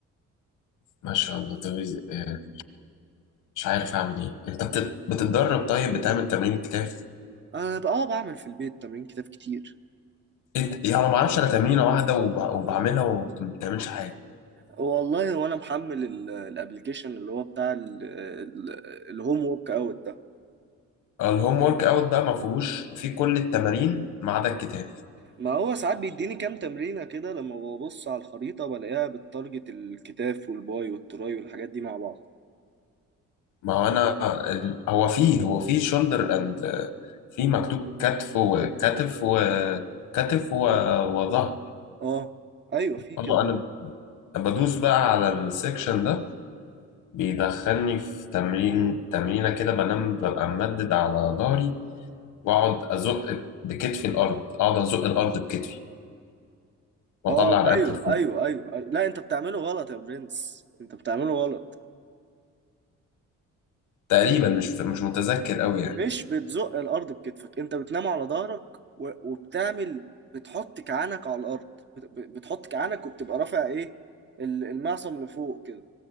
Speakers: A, on the left; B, on the right.
A: ما شاء الله طب إز- آه، مش عارف اعمل ايه انت بت- بتتدرب طيب بتعمل تمرين الكتاف
B: انا بقى اه بعمل في البيت تمرين كتاب كتير
A: انت يعني ما اعرفش انا تمرينه واحده وب... وبعملها وما بتعملش حاجه
B: والله وانا محمل ال- الابليكيشن اللي هو بتاع ال- ال- الهوم ورك اوت ده
A: الهوم ورك اوت بقى ما فيهوش في كل التمارين ما عدا الكتاف
B: ما هو ساعات بيديني كام تمرينه كده لما ببص على الخريطه بلاقيها بالتارجت الكتاف والباي والتراي والحاجات دي مع بعض
A: ما هو انا ال... هو فيه هو فيه شولدر اند في مكتوب كتف وكتف وكتف و... وظهر
B: اه ايوه في
A: اه
B: كده
A: انا بدوس بقى على السكشن ده بيدخلني في تمرين تمرينه كده بنام ببقى ممدد على ظهري واقعد ازق بكتفي الارض اقعد ازق الارض بكتفي واطلع
B: اه
A: رقبتي
B: ايوه
A: لفوق
B: ايوه ايوه, أيوة. لا انت بتعمله غلط يا برنس انت بتعمله غلط
A: تقريبا مش مش متذكر قوي يعني
B: مش بتزق الارض بكتفك انت بتنام على ظهرك و- وبتعمل بتحط كعانك على الارض بت- ب- بتحط كعانك وبتبقى رافع ايه ال- المعصم لفوق كده